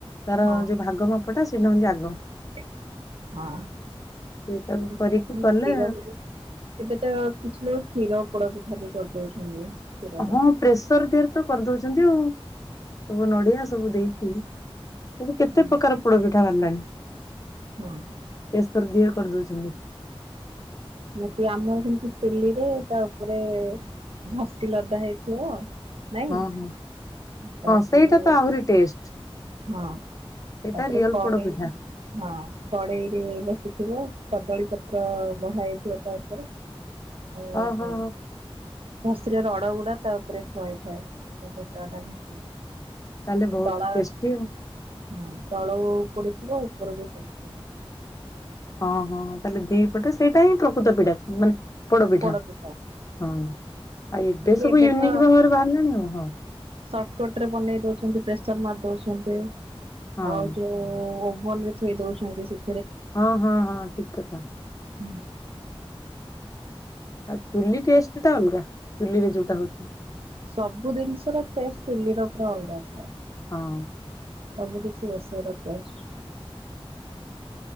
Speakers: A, on the left (about 35°); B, on the right (about 70°).
A: ତାର
B: ହଁ
A: ଯୋଉ ଭାଗ ମାପଟା ସେଇଟା ହଉଛି ଆଗ।
B: ହଁ କୀର
A: ସେଇଟାକୁ
B: <unintelligible>
A: କରିକି କଲେ
B: ଏବେ ତ କିଛି ନାହିଁ, କ୍ଷୀର ପୋଡ ପିଠା ବି କରିଦଉଛନ୍ତି। କ୍ଷୀରରେ।
A: ହଁ ପ୍ରେସର ଦେହରେ ତ କରିଦଉଛନ୍ତି ଆଉ। ସବୁ ନଡିଆ ସବୁ ଦେଇକି ସବୁ କେତେ
B: ହୁଁ
A: ପ୍ରକାର ପୋଡ ପିଠା ବାହାରିଲାଣି?
B: ହଁ।
A: ପ୍ରେସର୍ ଦିଏ କରିଦଉଛନ୍ତି।
B: ମୁଁ କିଏ ଆମର କିନ୍ତୁ ଚୁଲୁରେ ରେ ତା ଉପରେ ଘସି ଲଦା ହେଇଥିବ। ନାଇଁ
A: ହଁ ହଁ
B: ତାପରେ
A: ହଁ ସେଇଟା ତ ଆହୁରି ଟେଷ୍ଟ।
B: ହଁ
A: ସେଇଟା
B: ତାପରେ
A: ରିଅଲ
B: କଡ଼େଇ
A: ପୋଡ ପିଠା
B: ହଁ, କଡ଼େଇରେ ବସିଥିବ କଦଳୀ ପତ୍ର ବଢ ଥିବତା ଉପରେ ଆଉ
A: ଓହୋ
B: ଯୋଉ ଖସି ରଡଗୁଡା ତା ଉପରେ ଥୁଆ ହେଇଥାଏ <unintelligible>
A: ତାହେଲେ ବହୁତ
B: ତଳ
A: ଟେଷ୍ଟି ଆଉ।
B: ହୁଁ ତଳୁ ପୋଡିଥିବ ଉପର ବି ପୋଡିଥିବ।
A: ହଁ ହଁ, ତାହେଲେ ଦି ପଟେ ସେଇଟା ହିଁ ପ୍ରକୃତ ପୀଡା ମାନେ ପୋଡ଼ପିଠା
B: ପୋଡ ପିଠା
A: ହଁ, ଆଉ ଏବେ
B: କି
A: ସବୁ ୟୁନିକ୍
B: ତ
A: ଭବରେ ବାହାରିଲାଣି ଆଉ ହଁ।
B: ସର୍ଟକଟ ରେ ବନେଇ ଦୋଉଛନ୍ତି, ପ୍ରେସର ମାରି ଦୋଉଛନ୍ତି।
A: ହଁ
B: ଆଉ ଯୋଉ ଓଭନ ରେ ଥୋଇ ଦୋଉଚନ୍ତି ସେ
A: ହଁ ହଁ ହଁ, ଠିକ କଥା।
B: ହୁଁ।
A: ଆଉ ଚୁଲି ଟେଷ୍ଟ ଟା ଅଲଗା, ଚୁଲିରେ ଯୋଉଟା ହୋଉଚି।
B: ସବୁ ଜିନିଷର ଟେଷ୍ଟ ଚୁଲି ର ପୁରା ଅଲଗା ଥାଏ।
A: ହଁ।
B: ସବୁକିଛି ରୋଷେଇର ଟେଷ୍ଟ